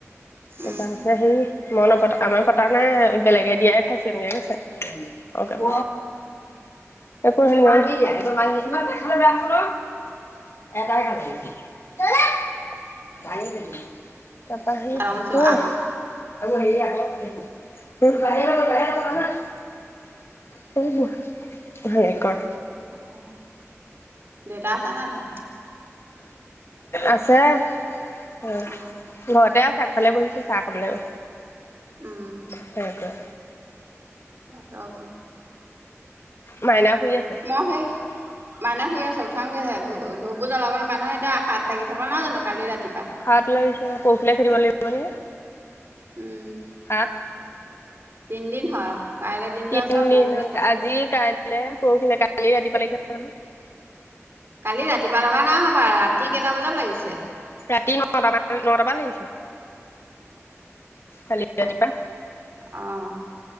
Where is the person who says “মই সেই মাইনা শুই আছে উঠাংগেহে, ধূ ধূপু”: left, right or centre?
Right